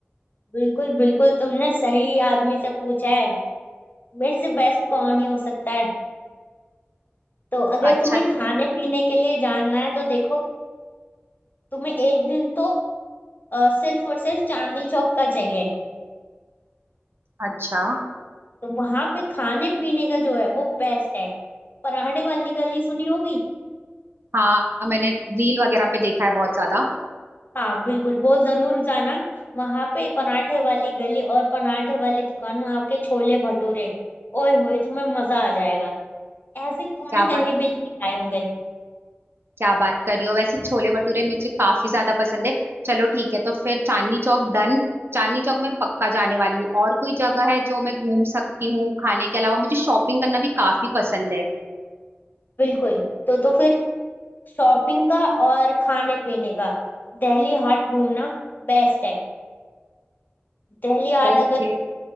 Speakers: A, on the left; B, on the right.
A: बिल्कुल बिल्कुल तुमने सही आदमी से पूछा है मेरे से बेस्ट कौन ही हो सकता है तो अगर
B: अच्छा
A: तुम्हें खाने पीने के लिए जानना है तो देखो तुम्हें एक दिन तो अ, सिर्फ और सिर्फ चांदनी चौक का चाहिए
B: अच्छा
A: तो वहां पे खाने पीने का जो है वो बेस्ट है पराठे वाली गली सुनी होगी
B: हाँ मैंने रील वगैरह पे देखा है बहुत ज्यादा
A: हाँ बिल्कुल वो जरूर जाना वहां पे पराठे वाली गली और पराठे वाली दुकान वहां के छोले भटूरे ओए होए तुम्हें मजा आ जाएगा ऐसे तुमने
B: क्या
A: कहीं भी नहीं खाए होंगे
B: क्या बात कर रही हो वैसे छोले भटूरे मुझे काफी ज्यादा पसंद है चलो ठीक है तो फिर चांदनी चौक डन चांदनी चौक में पक्का जाने वाली हूँ और कोई जगह है जो मैं घूम सकती हूँ खाने के अलावा मुझे शॉपिंग करना भी काफी पसंद है
A: बिल्कुल तो तो फिर शॉपिंग का और खाने पीने का दिल्ली हाट घूमना बेस्ट है दिल्ली हाट
B: ओके
A: अगर